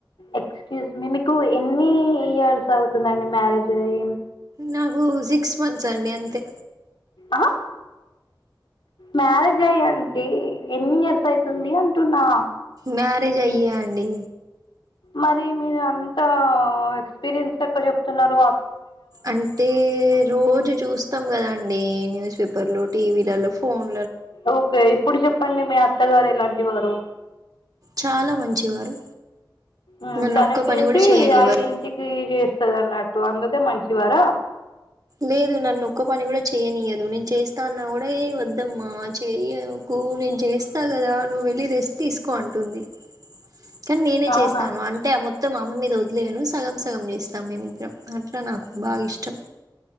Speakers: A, on the left; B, on the right.
A: ఎక్సక్యూజ్మీ మీకు ఎన్ని ఇయర్స్ అవుతున్దండి మ్యారేజ్ అయి
B: నాకు సిక్స్ మంత్స్ అండి అంతే
A: ఆహా మ్యారేజ్ అయ్యండి ఎన్ని ఇయర్స్ అయ్తుంది అంటున్నా
B: మ్యారేజ అయ్యియా అండి
A: మరి మీరూ అంత ఎక్స్పీరియన్స్ లెక్క జెప్తునరు
B: అంటే రోజూ చూస్తాం కదాండి న్యూస్ పేపర్లో టీవీలలో ఫోన్
A: ఓకే ఇప్పుడు చెప్పండి మీ అత్తగారు ఎలాంటి వారు
B: చాలా మంచివారు
A: ఉమ్
B: నన్ను
A: తనమ్
B: ఒక్క
A: జేసి
B: పని కూడా చేయనివ్వరు
A: ఐదింటికి చేస్తది అన్నట్టు అందుకే మంచివారా
B: లేదు నన్ను ఒక్కపని కూడ చేయనీయదు, నేను చేస్తా అన్నా కూడా ఏ వద్దమ్మా చేయ్ కు కు నేను చేస్తా కదా, నువెళ్ళి రెస్ట్ తీస్కో అంటుంది. కాన్ నేనే
A: అవునా
B: చేస్తాను, అంటే మొత్తం ఆమె మీద వద్ లేను సగం సగం చేస్తాం మేమిద్దరం, అట్లా నాకు బాగిష్టం.